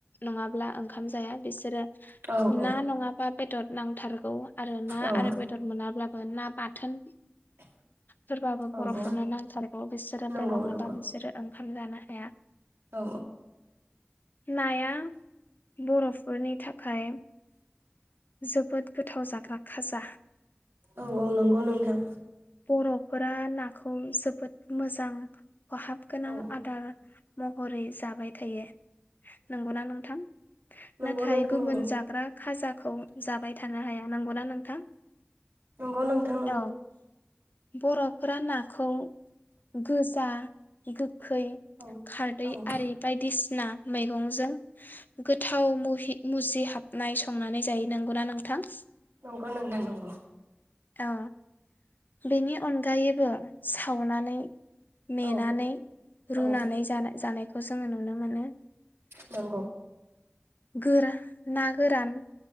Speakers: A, on the left; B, on the right.
A: नङाब्ला ओंखाम जाया बिसोरो
B: औ औ
A: ना नङा बेदर नांथारग गौ आरो ना
B: औ
A: आरो बेदर मोनाब्ला ना बाथोन फोरबाबो
B: औ
A: बर'फोरनो
B: औ
A: नांथारगौ बिसोरो
B: नंगौ
A: बे नङाब्ला
B: नंगौ
A: बिसोरो ओंखाम जानो हाया
B: औ
A: नाया बर'फोरनि थाखाय जोबोद गोथाव जाग्रा खाजा
B: औ औ नंगौ नोंथां।
A: बर'फोरा नाखौ जोबोद मोजां खहाब गोनां
B: औ
A: आदार। महरै जाबाय थायो। नंगौना नोंथां?
B: नंगौ
A: नाथाय
B: नोंथां
A: गुबुन
B: नंगौ
A: जाग्रा खाजाखौ जाबाय थानो हाया नांगौना नोंथां
B: नंगौ नोंथां नंगौ
A: औ बर'फोरा नाखौ गोजा गो यै
B: औ
A: खारदै
B: औ
A: आरि बायदिसि ना मैगंजों गोथाव मुहि-मुजि हाब नायसंनानै जायो नंगौना नोंथां
B: नंगौ नोथां नंगौ
A: औ बेनि अनगायै बो सावनानै मेनानै
B: औ औ
A: रुनानै जा-जानाय खौ जोंङो नुनो मोनो।
B: नंगौ
A: गोरा ना गोरान